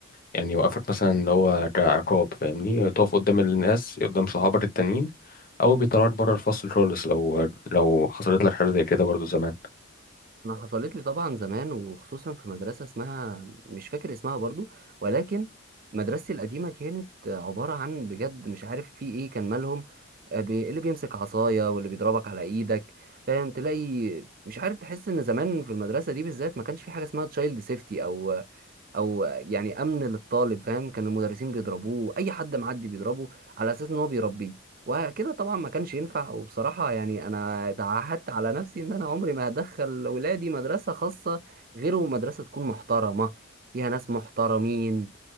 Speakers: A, on the left; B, on the right.
A: يعني يوقفك مثلا اللي هو كعقاب فاهمني تقف قدام الناس قدام صحابك التانيين او بيطلعك بره الفصل خالص لو لو حصلت لك حاجه زي كده برضو زمان
B: انا حصلت لي طبعا زمان وخصوصا في مدرسه اسمها مش فاكر اسمها برضو ولكن مدرستي القديمه كانت عباره عن بجد مش عارف في ايه كان مالهم آه، بي- اللي بيمسك عصايه واللي بيضربك على ايدك فاهم تلاقي مش عارف تحس ان زمان في المدرسه دي بالذات ما كانش في حاجه اسمها تشايلد سيفتي او او يعني امن للطالب فاهم كان المدرسين بيضربوه اي حد معدي بيضربه على اساس ان هو بيربيه وكده طبعا ما كانش ينفع وبصراحة يعني انا تعهدت على نفسي ان انا عمري ما هدخل ولادي مدرسة خاصة غير مدرسة تكون محترمة فيها ناس محترمين